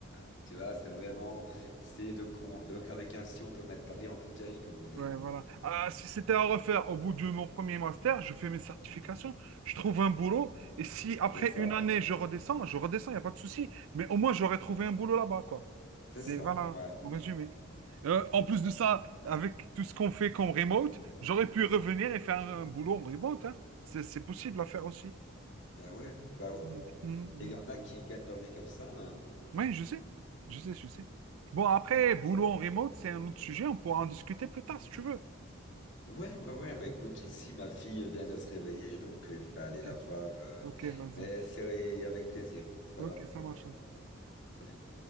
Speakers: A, on the left; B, on the right.
A: ah, tu vois, c'est vraiment, c'est de con. Donc, avec un si, on peut mettre Paris en bouteille, comme on dit.
B: Ouais,
A: hein.
B: voilà. Ah, si c'était à refaire au bout de mon premier master, je fais mes certifications, je trouve un boulot, et si après
A: C'est ça,
B: une année je redescends, je redescends, il n'y a pas de souci, mais au moins j'aurais trouvé un boulot là-bas, quoi.
A: c'est
B: C'est,
A: ça,
B: voilà,
A: ouais.
B: en résumé. Euh, en plus de ça, avec tout ce qu'on fait comme remote, j'aurais pu revenir et faire un, boulot en remote, hein. C'est, c'est possible à faire aussi.
A: Ben ouais, Bah oui.
B: Mm, mm,
A: Et
B: mm.
A: il y en a qui gagnent leur vie comme ça. hein.
B: Oui, je sais, je sais, je sais. Bon, après, boulot en remote, c'est un autre sujet, on pourra en discuter plus tard si tu veux.
A: Ouais, ouais, ouais. Bah écoute, ici, ma fille vient de se réveiller, donc euh, je vais aller
B: Ok,
A: la voir. euh,
B: ok, vas-y.
A: mais c'est avec plaisir. Ça
B: Ok,
A: va.
B: ça marche.
A: Salut.